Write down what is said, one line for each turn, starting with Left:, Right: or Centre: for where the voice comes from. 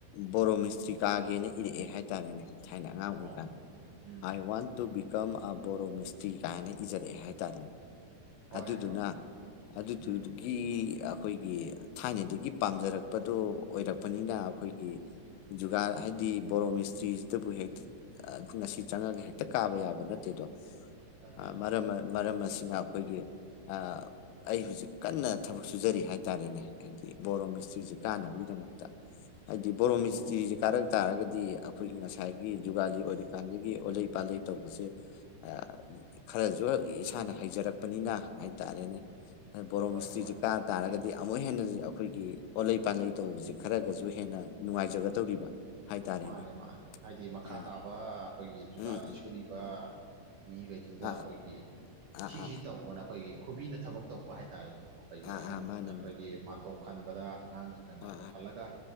Left: ꯕꯣꯔꯣ ꯃꯤꯁꯇ꯭ꯔꯤ ꯀꯥꯒꯦꯅ ꯏꯔꯛꯑꯦ ꯍꯥꯏꯇꯥꯔꯦꯅꯦ ꯊꯥꯏꯅ ꯑꯉꯥꯡ
Right: ꯑꯣ
Left: ꯀꯥꯟ
Right: um
Left: I
Right: um
Left: want to become a ꯕꯣꯔꯣ ꯃꯤꯁꯇ꯭ꯔꯤ ꯀꯥꯏꯅ ꯏꯖꯔꯛꯑꯦ ꯍꯥꯏꯇꯥꯔꯦꯅꯦ
Right: ꯍꯣꯏ
Left: ꯑꯗꯨꯗꯨꯅ
Right: ꯍꯣꯏ
Left: ꯑꯗꯨꯗꯨꯢꯗꯨꯒꯤ
Right: ꯎꯝ
Left: ꯒꯤ ꯑꯈꯣꯏꯒꯤ ꯊꯥꯏꯅꯗꯒꯤ ꯄꯥꯝꯖꯔꯛꯄꯗꯣ ꯑꯣꯏꯔꯛꯄꯅꯤꯅ ꯑꯈꯣꯏꯒꯤ ꯖꯨꯒꯥꯔ ꯍꯥꯏꯗꯤ ꯕꯣꯔꯣꯃꯤꯁꯇ꯭ꯔꯤꯖꯤꯗꯕꯨ ꯍꯦꯛꯇ ꯑ ꯉꯁꯤ ꯆꯪꯉꯒ ꯍꯦꯛꯇ ꯀꯥꯕ ꯌꯥꯕ ꯅꯠꯇꯦꯗꯣ
Right: ꯅꯠꯇꯦ
Left: ꯑ
Right: ꯅꯠꯇꯦ
Left: ꯃꯔꯝꯃ ꯃꯔꯝ ꯑꯁꯤꯅ ꯑꯈꯣꯏꯒꯤ ꯑ ꯑꯩ ꯍꯧꯖꯤꯛ ꯀꯟꯅ ꯊꯕꯛ ꯁꯨꯖꯔꯤ ꯍꯥꯏꯇꯥꯔꯦꯅꯦ ꯍꯥꯏꯗꯤ ꯕꯣꯔꯣ ꯃꯤꯁꯇ꯭ꯔꯤꯖꯦ
Right: ꯎꯝ
Left: ꯀꯥꯟꯅꯕꯒꯤꯗꯃꯛꯇ ꯍꯥꯏꯗꯤ ꯕꯣꯔꯣ ꯃꯤꯁꯇ꯭ꯔꯤꯖꯦ
Right: ꯑꯣ
Left: ꯀꯥꯔꯛ ꯇꯥꯔꯒꯗꯤ ꯑꯈꯣꯏꯒꯤ ꯉꯁꯥꯏꯒꯤ ꯖꯨꯒꯥꯂꯤ ꯑꯣꯏꯔꯤꯀꯥꯟꯗꯒꯤ ꯑꯣꯠꯂꯩ ꯄꯥꯂꯩ ꯇꯧꯕꯖꯦ ꯑ ꯈꯔꯖꯨ ꯏꯁꯥꯅ ꯍꯩꯖꯔꯛꯄꯅꯤꯅ ꯍꯥꯏꯇꯥꯔꯦꯅꯦ ꯕꯣꯔꯣ
Right: ꯍꯣꯏ
Left: ꯃꯤꯁꯇ꯭ꯔꯤꯖꯦ
Right: ꯍꯣꯏ
Left: ꯀꯥ ꯇꯥꯔꯒꯗꯤ ꯑꯃꯨꯛ ꯍꯦꯟꯅꯖꯨ ꯑꯈꯣꯏꯒꯤ ꯑꯣꯠꯂꯩ ꯄꯥꯂꯩ ꯇꯧꯕꯖꯦ ꯈꯔꯒꯖꯨ ꯍꯦꯟꯅ ꯅꯨꯡꯉꯥꯏꯖꯒꯗꯧꯔꯤꯕ ꯍꯥꯏꯇꯥꯔꯦꯅꯦ
Right: ꯃꯥꯅꯦ ꯃꯥꯅꯦ ꯍꯥꯏꯗꯤ ꯃꯈꯥ
Left: ꯑꯥ
Right: ꯇꯥꯕ ꯑꯈꯣꯏꯒꯤ ꯖꯨꯒꯥꯂꯤ
Left: ꯎꯝ
Right: ꯁꯨꯔꯤꯕ ꯃꯤꯒꯩ ꯖꯤꯗ
Left: ꯑꯥ
Right: ꯑꯈꯣꯏꯒꯤ
Left: ꯑꯥ
Right: ꯁꯤꯁꯤ
Left: ꯑꯥ
Right: ꯇꯧꯕꯅ ꯑꯈꯣꯏꯒꯤ ꯈꯨꯕꯤꯅ ꯊꯕꯛ ꯇꯧꯕ ꯍꯥꯏꯇꯥꯔꯦꯅꯦꯀꯣ ꯑꯈꯣꯏꯒꯤ
Left: ꯑꯥ
Right: ꯑꯍꯟꯖꯤꯡꯅ
Left: ꯑꯥ ꯃꯥꯅꯦ
Right: ꯑꯈꯣꯏꯒꯤ
Left: ꯃꯥꯅꯦ
Right: ꯃꯥꯟꯇꯣꯞ ꯈꯟꯕꯗ ꯑꯉꯥꯡꯖꯤꯡꯅ ꯃꯥꯟꯇꯣꯞ
Left: ꯑꯥ ꯑꯥ
Right: ꯈꯜꯂꯒ